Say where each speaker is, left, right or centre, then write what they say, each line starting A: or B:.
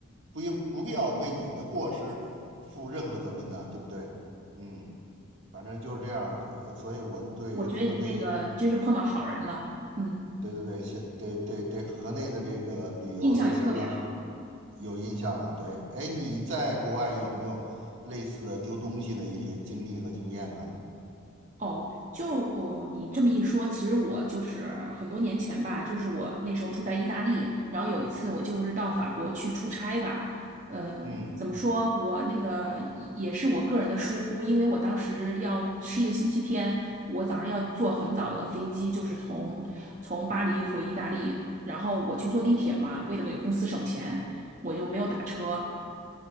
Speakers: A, on the right; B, on the right.
A: 不不必要为你的过失负任何责任呢，对不对？嗯，反正就是这样，呃所以我对河内，
B: 我觉得你那个真是碰到好人了，嗯，
A: 对对对，现对对对河内的这个旅游就相当
B: 印象也特别好。
A: 有印象了。对，哎，你在国外有没有类似的丢东西的一些经历和经验呢？
B: 哦，就是我，你这么一说，其实我就是很多年前吧，就是我那时候住在意大利，然后有一次我就是到法国去出差吧，嗯，
A: 嗯。
B: 怎么说，我那个也也是我个人的疏忽，因为我当时要是一个星期天，我早上要坐很早的飞机，就是从从巴黎回意大利，然后我去坐地铁嘛，为了给公司省钱，我就没有打车。